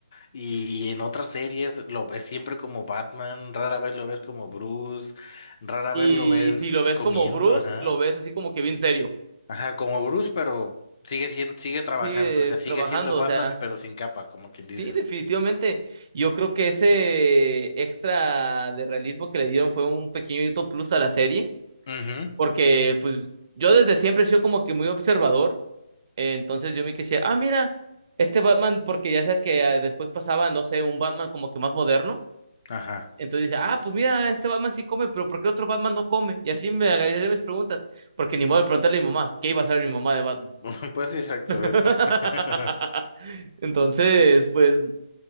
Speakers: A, on the left; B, on the right.
A: Y en otras series lo ves siempre como Batman, rara vez lo ves como Bruce, rara
B: Y
A: vez lo ves
B: si lo ves
A: comiendo,
B: como Bruce,
A: ajá.
B: lo ves así como que bien serio.
A: Ajá, como Bruce, pero sigue siendo, sigue trabajando,
B: Sigue
A: o sea, sigue
B: trabajando,
A: siendo Batman,
B: o sea,
A: pero sin capa, como quien
B: sí,
A: dice.
B: definitivamente. Yo creo que ese extra de realismo que le dieron fue un pequeñito plus a la serie,
A: Ujú,
B: porque pues yo desde siempre he sido como que muy observador, eh, entonces yo me decía, ah, mira, este Batman, porque ya sabes que ah, después pasaba, no sé, un Batman como que más moderno.
A: Ajá.
B: Entonces dice, ah, pues mira, este Batman sí come, pero ¿por qué otro Batman no come? Y así me agarré mis preguntas, porque ni modo de preguntarle a mi mamá, ¿qué iba a saber mi mamá de Batman?
A: <laughs> Pues exactamente.
B: <laughs>
A: <laughs>
B: Entonces, pues,